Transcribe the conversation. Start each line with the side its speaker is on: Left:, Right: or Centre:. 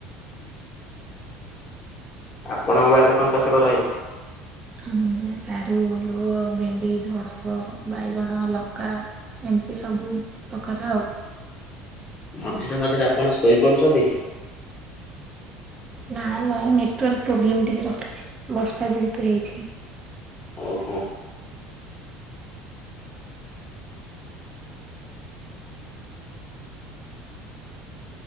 Left: ଆପଣଙ୍କ ବାରିରେ କଣ ଚାଷ କରାହେଇଚି?
Right: ଆମର ସାରୁ ଓଲୁଅ ଭେଣ୍ଡି ଧଡଙ୍ଗ ବାଇଗଣ ଲଙ୍କା। ଏମିତି ସବୁ ପ୍ରକାର ଆଉ।
Left: ମଝିରେ ମଝିରେ ଆପଣ ଶୋଇପଡୁଚନ୍ତି କି?
Right: ନାଇଁ ନାଇଁ ନେଟୱାର୍କ ପ୍ରୋବ୍ଲେମ ଟିକେ ରଖୁଛି ବର୍ଷା ଯେହେତୁ ହେଇଛି।
Left: ଓହୋ।